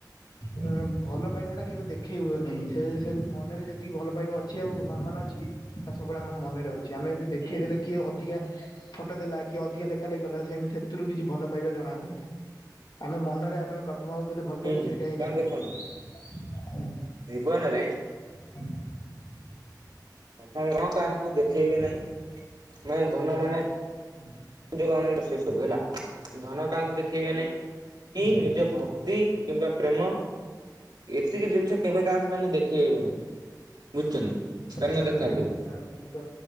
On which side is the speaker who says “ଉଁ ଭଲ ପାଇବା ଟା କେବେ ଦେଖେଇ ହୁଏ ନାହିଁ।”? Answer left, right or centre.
Left